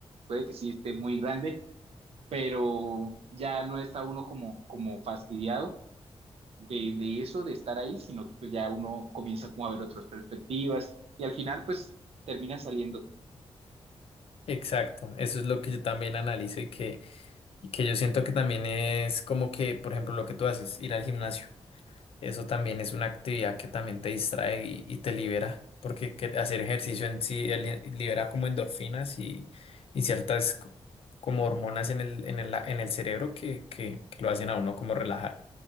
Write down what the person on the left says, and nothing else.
Exacto, eso es lo que yo también analizo y que, y que yo siento que también es como que, por ejemplo, lo que tú haces, ir al gimnasio, eso también es una actividad que también te distrae y, y te libera, porque que- hacer ejercicio en sí eli- libera como endorfinas y, y ciertas co- como hormonas en el, en el, en el cerebro que, que, que lo hacen a uno como relajar.